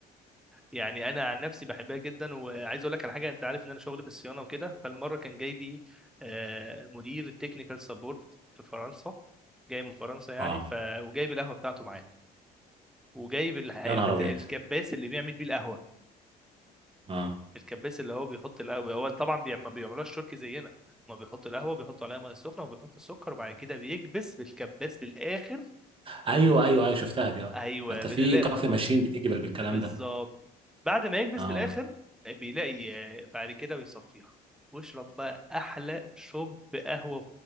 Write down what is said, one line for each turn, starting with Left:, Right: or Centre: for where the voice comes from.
Centre: يعني انا عن نفسي بحبها جدا وعايز اقول لك على حاجه انت عارف ان انا شغلي في الصيانه وكده فالمره كان جاي لي آه، مدير التكنيكال سبورت في فرنسا جاي من فرنسا يعني
Right: اه
Centre: ف وجايب القهوه بتاعته معاه وجايب الح- البت-
Right: يا نهار ابيض
Centre: الكباس اللي بيعمل بيه القهوه
Right: اه
Centre: الكباس اللي هو بيحط القهوه هو طبعا بيعم- ما بيعملوش تركي زينا ما بيحط القهوه بيحط عليها ميه سخنه وبيحط السكر وبعد كده بيكبس بالكباس للاخر
Right: ايوه ايوه ايوه شفتها دي اه
Centre: ايوه
Right: حتى
Centre: ب-
Right: في
Centre: لا
Right: كافي ماشين بتيجي بال- بالكلام
Centre: بالظبط
Right: ده
Centre: بعد ما يكبس
Right: اه
Centre: للاخر بيلاقي آه، بعد كده بيصفيها واشرب بقى احلى شوب قهوه